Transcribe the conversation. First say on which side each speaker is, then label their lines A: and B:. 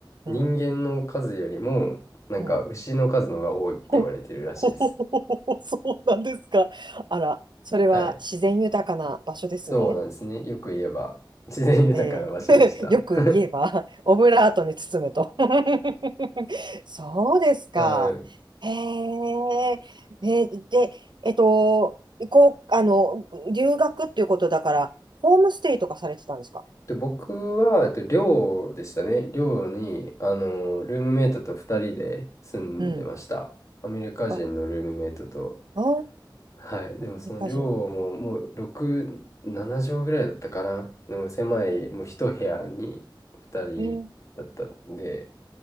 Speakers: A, on the left; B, on the right.
A: 人間の数よりも、
B: うん、
A: なんか牛の数の方が多いって言われてるらしいです。
B: うん。ほ、ほほほほほほ <laughs> そうなんですか。あら、それは自然豊かな場所ですね。
A: はいそうなんですね。よく言えば、自然豊かな場所でした。
B: ええ <laughs> よく言えば、
A: <laughs>
B: <laughs> オブラートに包むと。<laughs> そうですか。
A: はい。
B: へえ、え、で、えっと、こう、あの、留学っていうことだから、ホームステイとかされてたんですか
A: で、僕は、えっと、寮でしたね。寮に、あの、ルームメイトと2人で住んでました。
B: うん。
A: アメリカ人のルームメイトと。
B: あ、ああ、
A: はい。でも、
B: アメリカ人なんだ。
A: その寮も、もう、6、7畳ぐらいだったかな。でも、狭い、もう一部屋に2人だったんで、
B: えー、